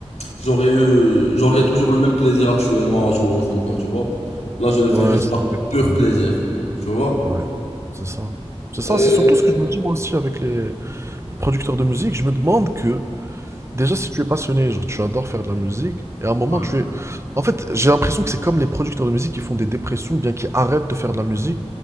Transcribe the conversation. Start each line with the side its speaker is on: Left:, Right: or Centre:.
Left: j'aurais eu, j'aurais toujours le même plaisir actuellement à jouer au snooker, tu vois. Là, je le fais
Right: Ouais,
Left: juste
Right: c'est
Left: par
Right: vrai que-
Left: pur plaisir, tu vois.
Right: ouais, c'est ça. C'est ça,
Left: Euh,
Right: c'est surtout ce que je me dis moi aussi avec les les producteurs de musique. Je me demande que Déjà, si tu es passionné, genre tu adores faire de la musique, et à un moment
Left: Ouais.
Right: tu es... En fait, j'ai l'impression que c'est comme les producteurs de musique qui font des dépressions, ou bien qui arrêtent de faire de la musique,